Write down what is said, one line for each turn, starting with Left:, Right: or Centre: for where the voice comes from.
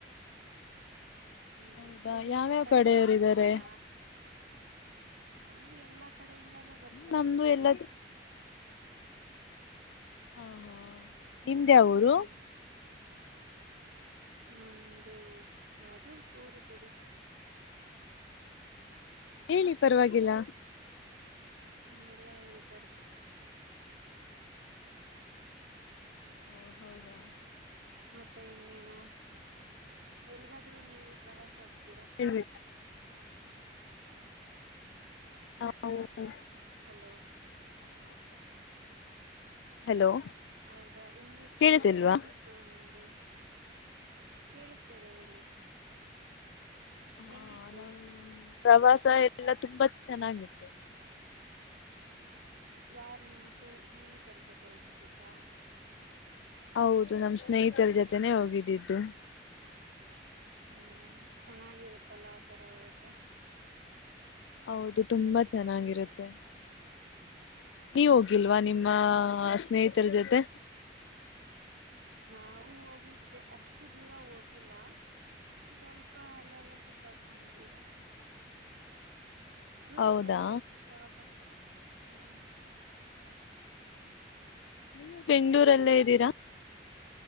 Right: ಹ್ಮ್
Left: ಹೌದಾ
Right: ನಿಮ್ಗೆ
Left: ಯಾವ್ಯಾವ
Right: ಊಟ
Left: ಕಡೆಯವರು
Right: ಎಲ್ಲ ಚೆನ್ನಾಗ್
Left: ಇದ್ದಾರೆ
Right: ಕೊಡ್ತಾರ. ಅವರು ಎಲ್ಲಾ ಕಡೆಯಿಂದನೂ ಬರ್ತಾರಲ್ವಾ
Left: ನಮ್ದು ಎಲ್ಲದು ಆ ನಿಮ್ದ್ ಯಾವೂರು?
Right: ಹ್ಮ್ ನಮ್ದು ಯಾವ್ದು ಊರು ಬಿಡಿ.
Left: ಹೇಳಿ ಪರವಾಗಿಲ್ಲ
Right: ಹಂಗೆಲ್ಲಾ ಹೇಳ್ಬಾರ್ದು.
Left: <unintelligible>
Right: ಮತ್ತೆ ಇನ್ನೇನು ಎಲ್ಲಿಗಾದ್ರೂ ನೀವು ಪ್ರವಾಸ ಹೋ ತಿರಾ
Left: ಹೇಳ್ಬೇಕು <unintelligible>
Right: ಹಲೋ
Left: ಹಲೋ
Right: ಹೌದಾ ಹೆಂಗಿತ್ತು
Left: ಕೇಳಿಸಿಲ್ವಾ
Right: ಹೆಂಗಿತ್ತು ನಿಮ್ದು ಕೇಳಿಸ್ತಿದೆ ಹೇಳಿ
Left: ಹಾ
Right: ಹೆಂಗಿತ್ತು
Left: ನಮ್ ಪ್ರವಾಸ ಎಲ್ಲಾ ತುಂಬಾ ಚೆನ್ನಾಗಿತ್ತು
Right: ಯಾರ್ ನಿಮ್ಮ ಸ್ನೇಹಿತರ ಜೊತೆ ಹೋಗಿತಿದ್ದ.
Left: ಹೌದು ನಮ ಸ್ನೇಹಿತರ ಜೊತೆನೆೇ ಹೋಗಿದ್ದಿದ್ದು.
Right: ಹ್ಮ್ ಚೆನ್ನಾಗಿರುತ್ತಲ್ಲ ಆ ತರ ಹೋದ್ರೆ
Left: ಹೌದು ತುಂಬಾ ಚೆನ್ನಾಗಿರುತ್ತೆ ನೀವು ಹೋಗಿಲ್ವಾ
Right: ಹ್ಮ್
Left: ನಿಮ್ಮ ಸ್ನೇಹಿತರ ಜೊತೆ.
Right: ನಾಾವವು ಹೋಗಿದ್ವಿ ಅಷ್ಟು ದೂರ ಹೋಗಿಲ್ಲ ಸ್ವಲ್ಪ ಪ್ಪ ಅಲ್ಲೆಲ್ಲ ಸುತ್ತಾಡ್ಕೊಂಡಿದ್ವಿವಷ್ಟೆ ದೂರ
Left: ಹೌದಾ
Right: ಹೋಗ್ಬೇಕು ಯಾವಾಗಾದ್ರೂ ಹ್ಮ್.
Left: ನೀವು ಬೆಂಗ್ಗಳೂರಲ್ಲೇ ಇದ್ದೀರಾ